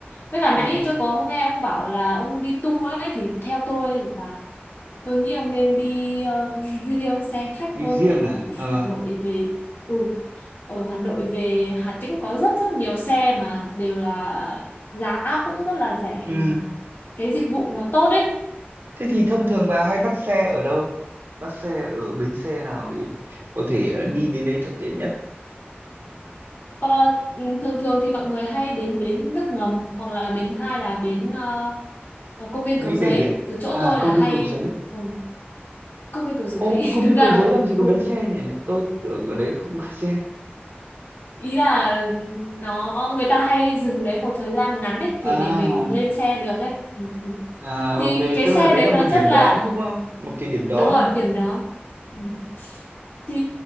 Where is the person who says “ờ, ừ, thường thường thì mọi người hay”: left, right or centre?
Left